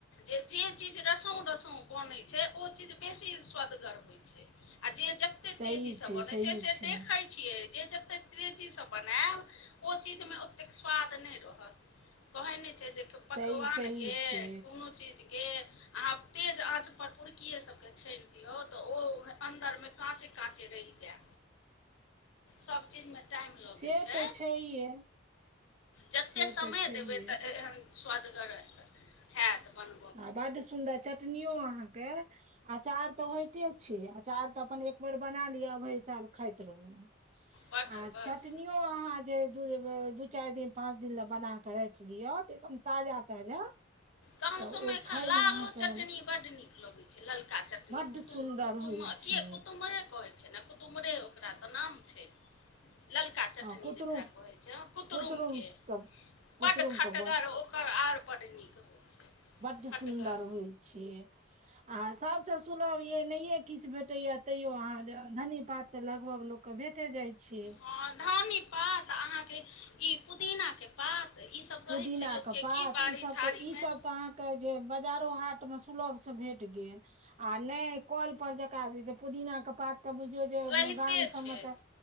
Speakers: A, on the left; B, on the right.
A: जे जे चीज रसों-रसों बनै छैय ओ चीज बेसी सुअदगर होय छैय आ जे जते
B: सही
A: तेजीसँ
B: छै
A: बनै
B: सही
A: छैय से
B: छै
A: देखै छियै जे जत ते तेजीसँ बनैब ओ चीज में ओतेक स्वाद नहि रहत। कहै नै छैय जे कऽ
B: सही
A: पकवानके
B: सही छै
A: कुनु चीज के अहाँ तेज आँचपर पुरकिये सबके छैन यौ तऽ ओ अन्दरमे काँचे काँचे रहि जाय सब चीजमे टाइम लगे
B: से
A: छैय
B: तऽ छैहे
A: जते
B: से
A: समय
B: तऽ छैहे
A: देबे <unintelligible> सुउदगर हैत बन
B: आ बड्ड सुन्दर चटनियो अहाँके अचार तऽ होइते छैय अचार तऽ अपन एक बेर बना लिअ भरि साल खाइत रहू।
A: बड्ड
B: आ
A: बड्ड
B: चट नीयो अहाँ जे दू दू चारि दिन पांच दिन ले बना के राखि लियअ त एकदम ताजा ताजा
A: गाँव
B: तऽ
A: सब मे
B: ओ
A: एखन
B: खायमे
A: लालो
B: अहाँके
A: चटनी बड नीक लगेय। ललका चटनी
B: बड्ड
A: कुतु
B: सुन्दर
A: कुतुम
B: होइ छै
A: कीये कुतुम कहै छैय ने कुतुम्रे ओकरा तऽ नाम छैय। ललका चटनी
B: आ कुतरुम
A: जकरा कहै छैय कुतरूमके।
B: कुतरुम के
A: बड्ड
B: कुतरुम
A: खटगर
B: के
A: ओकर आर बड नीक। होइ छै
B: बड
A: खटगर
B: सुन्दर होइ छैय। आ सभसँ सुलभ य नहियए किछु भेटैए तइयो अहाँ धनी पात तऽ लगभग लोग के भेटे जाय छैय।
A: हँ धनी पात अहाँके ई पुदीनाके पात ईसभ
B: पुदीना
A: रहै छै लोकके
B: के पात
A: की बाड़ी
B: ई सब
A: झाड़ीमे
B: तऽ ई सब तऽ अहाँके जे बजारो हाट मे सुलभ से भेट गेल। आ नहि कल पर जका पुदीना के पात तऽ बुझियो जे
A: रहिते
B: गाम सबमे
A: छै
B: तऽ